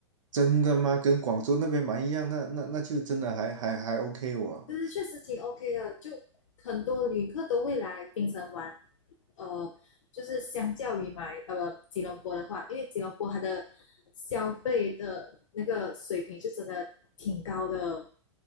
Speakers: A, on the right (about 80°); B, on the left (about 80°).
A: 真的吗？跟广州那边蛮一样，那那那就真的还还还 OK 我。
B: 就是确实挺 OK 的，就很多旅客都会来槟城玩，呃，就是相较于买呃吉隆坡的话，因为吉隆坡它的消费的那个水平就真的挺高的，